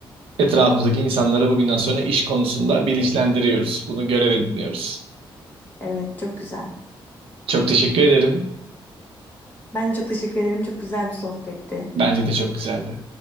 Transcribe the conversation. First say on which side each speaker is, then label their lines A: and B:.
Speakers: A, on the right; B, on the left.
A: Etrafımızdaki insanları bugünden sonra iş konusunda bilinçlendiriyoruz. Bunu görev ediniyoruz.
B: Evet, çok güzel.
A: Çok teşekkür ederim.
B: Ben de çok teşekkür ederim. Çok güzel bir sohbetti.
A: Bence de çok güzeldi.